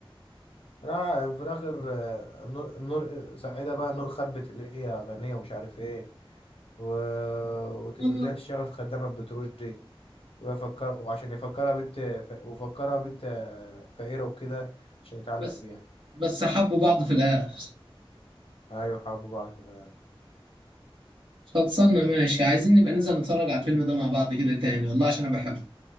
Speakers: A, on the left; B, on the right.
A: لا في الاخر آه، نور نور سعيدة بقى نور خبت اللي هي غنية ومش عارف ايه و... وت-
B: آه،
A: اللي هي تشتغل في خدامة بتروج دي ويفكر وعشان يفكرها بنت ف... وفكرها بنت فقيرة وكده عشان يتعلق
B: بس
A: بيها
B: بس حبوا بعض في الآخر
A: أيوة حبوا بعض في الحياة
B: خلصانة ماشي عايزين نبقى ننزل نتفرج على الفيلم ده مع بعض كده تاني والله عشان أنا بحبه